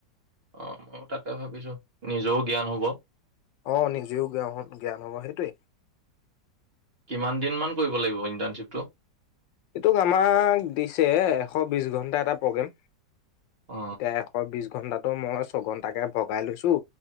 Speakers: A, on the right (about 35°); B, on the left (about 80°).
A: অ ময়ো তাকে ভাবিছো নিজেও জ্ঞান হব।
B: আহ, নিজেও জ্ঞান জ্ঞান হ'ব সেইটোৱেই।
A: কিমান দিন মান কৰিব লাগিব, ইণ্টাৰ্ণশ্বিপটো?
B: এইটোক আমাক দিছে, এশ বিশ ঘণ্টা এটা প্ৰগ্ৰেম
A: অ
B: এতিয়া এশ বিশ। এক ঘণ্টাটো মই ছঘন্টাকে ভগাই লৈছোঁ,